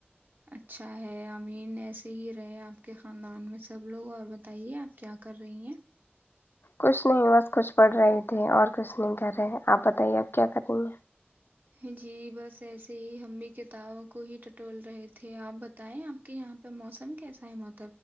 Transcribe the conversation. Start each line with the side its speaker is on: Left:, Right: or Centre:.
Right: اچھا ہے امین ایسے ہی رہے آپ کے خاندان میں سب لوگ اور بتائیے آپ کیا کر رہی ہیں
Left: کچھ نہیں بس کچھ پڑھ رہے تھے اور کچھ نہیں کر رہے آپ بتائیے اب کیا کریں ہیں
Right: ہ <unintelligible> جی بس ایسے ہی ہمیں کتابوں کو ہی ٹول رہے تھے آپ بتائیں آپ کے یہاں پہ موسم کیسا ہے موم